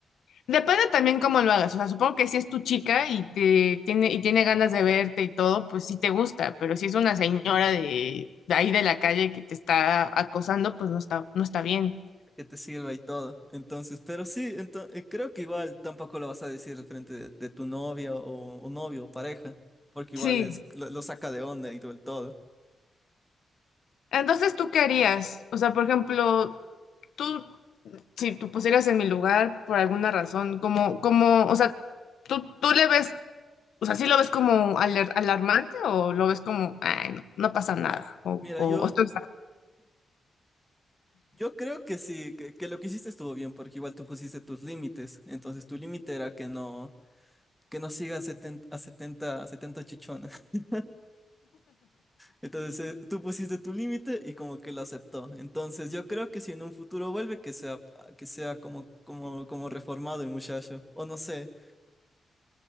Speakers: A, on the left; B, in the centre.
A: Depende también cómo lo hagas. O sea, supongo que si es tu chica y te tiene, y tiene ganas de verte y todo, pues sí te gusta. Pero si es una señora de, de ahí de la calle que te está acosando, pues no está, no está bien.
B: que te sirva y todo. Entonces, pero sí, ento- eh, creo que igual tampoco lo vas a decir frente de, de tu novia o, o novio o pareja, porque igual
A: Sí.
B: es, lo, lo saca de onda y todo el todo.
A: Entonces, ¿tú qué harías? O sea, por ejemplo, tú, si tú pusieras en mi lugar por alguna razón, como, como, o sea, tú, tú le ves, o sea, ¿sí lo ves como alar- alarmante o lo ves como, ay, no, no pasa nada? O,
B: Mira,
A: o,
B: yo,
A: o estoy
B: yo creo que sí, que, que lo que hiciste estuvo bien, porque igual tú pusiste tus límites. Entonces, tu límite era que no, que no siga a setenta a setenta a setenta chichona. <laughs> Entonces, eh, tú pusiste tu límite y como que lo aceptó. Entonces, yo creo que si en un futuro vuelve, que sea, que sea como, como, como reformado el muchacho, o no sé.